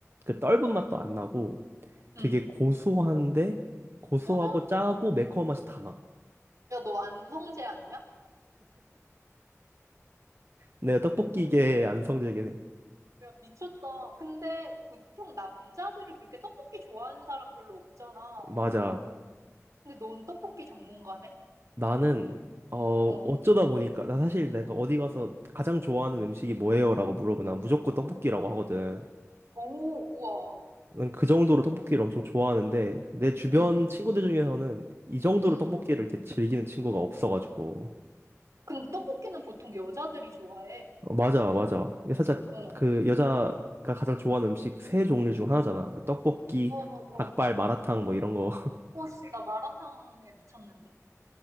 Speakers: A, on the right (about 50°); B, on the right (about 80°).
A: 그 떫은 맛도 안 나고
B: 응.
A: 되게 고소한데 고소하고
B: 헉,
A: 짜고 매콤한 맛이 다 나.
B: 야, 너 안성재 아니야?
A: 내가 떡볶이계 안성재계네.
B: 야, 미쳤다. 근데 보통 남자들 그렇게 떡볶이 좋아하는 사람 별로 없잖아.
A: 맞아.
B: 근데 넌 떡볶이 전문가네?
A: 나는 어
B: 어.
A: 어쩌다 보니까 나 사실 내가 어디 가서 가장 좋아하는 음식이 뭐예요라고 물어보면 난 무조건 떡볶이라고 하거든.
B: 오, 우와.
A: 저는 그 정도로 떡볶이를 엄청 좋아하는데 내 주변
B: 응,
A: 친구들 중에서는 이 정도로
B: 응.
A: 떡볶이를 이렇게 즐기는 친구가 없어가지고
B: 근데 떡볶이는 보통 여자들이 좋아해.
A: 어, 맞아 맞아 이게 살짝
B: 어, 어,
A: 그 여자가 가장 좋아하는 음식 세 종류 중 하나잖아 그 떡볶이
B: 어, 어.
A: 닭발 마라탕 뭐 이런 거
B: 어, 씨, 나 마라탕에 미쳤는데.